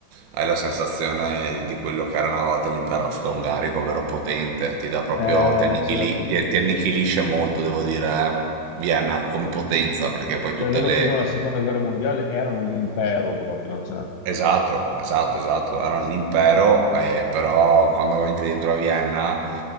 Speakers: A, on the right; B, on the left.
A: hai la sensazione di quello che era una volta l'impero austro-ungarico, ovvero potente, ti dà proprio,
B: eh,
A: ti annichili-
B: certo.
A: ti- ti annichilisce molto, devo dire, eh. Vienna come potenza, perché poi tutte
B: Cioè, loro
A: le
B: fino alla seconda guerra mondiale erano l'impero proprio, cioè,
A: Esatto, esatto, esatto. Era un impero, eh, però quando entri dentro a Vienna